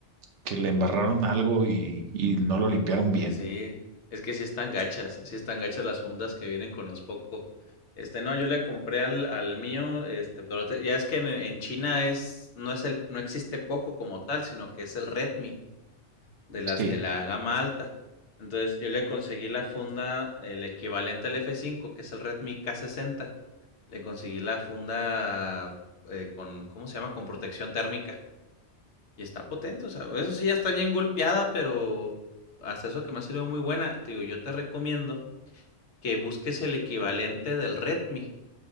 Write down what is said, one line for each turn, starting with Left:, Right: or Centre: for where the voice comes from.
Right: que le embarraron algo y, y no lo limpiaron bien.
Left: Sí, es que sí están gachas, sí están gachas las fundas que vienen con los poco. Este, no, yo le compré al, al mío, este, pero te- ya es que en, en China es, no es el, no existe poco como tal, sino que es el Redmi. de las
Right: Sí,
Left: de la gama alta. Entonces yo le conseguí la funda, el equivalente al f cinco que es el Redmi k sesenta Le conseguí la funda eh, con, ¿cómo se llama? Con protección térmica. Y está potente, o sea, eso sí ya está bien golpeada, pero hasta eso que me ha salido muy buena. Te digo, yo te recomiendo que busques el equivalente del Redmi.